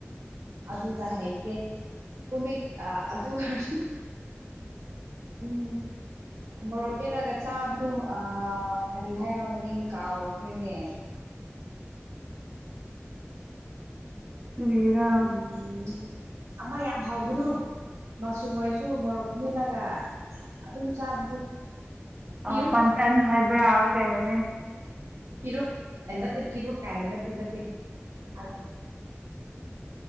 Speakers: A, on the right; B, on the right.
A: ꯑꯗꯨꯅ ꯍꯩꯇꯦ ꯀꯣꯃꯦ ꯑꯗꯨ ꯑꯣꯏꯔꯁꯨ ꯎꯝ ꯃꯣꯔꯣꯛ ꯃꯠꯂꯒ ꯆꯥꯕꯗꯣ ꯀꯔꯤ ꯍꯥꯏꯕ꯭ꯔ ꯃꯃꯤꯡ ꯀꯥꯎꯈ꯭ꯔꯦꯅꯦ
B: ꯆꯠꯇꯔꯤꯔꯥ
A: ꯎꯝ ꯑꯃ ꯌꯥꯝ ꯍꯕꯗꯨ ꯃꯁꯔꯨꯝ ꯑꯣꯏꯔꯁꯨ ꯃꯣꯔꯣꯛ ꯃꯦꯦꯜꯂꯒ ꯑꯗꯨꯝ ꯆꯥꯕꯗꯨ ꯄꯤꯔꯨꯛ
B: ꯑ ꯄꯟꯊꯪ ꯍꯥꯏꯕ꯭ꯔꯥ ꯩꯅꯣꯅꯦ
A: ꯄꯤꯔꯨꯛ ꯅꯠꯇꯦ ꯄꯤꯔꯨꯛ ꯀꯥꯏꯅ ꯅꯠꯇꯦ ꯅꯠꯇꯦ ꯑ